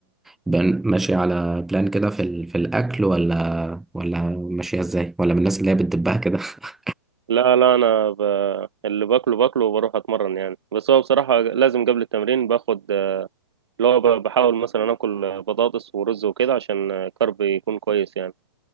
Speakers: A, in the centre; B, on the right.
A: بن- ماشي على بلان كده في ال... في الأكل ولا ولا ماشية إزاي ولا من الناس اللي هي بتدبها كده <laughs>
B: لا لا أنا ب... اللي باكله باكله وبروح أتمرن يعني بس هو بصراحة لازم قبل التمرين باخد آه، اللي هو ب- بحاول مثلا آكل آه، بطاطس ورز وكده عشان آه، كرب يكون كويس يعني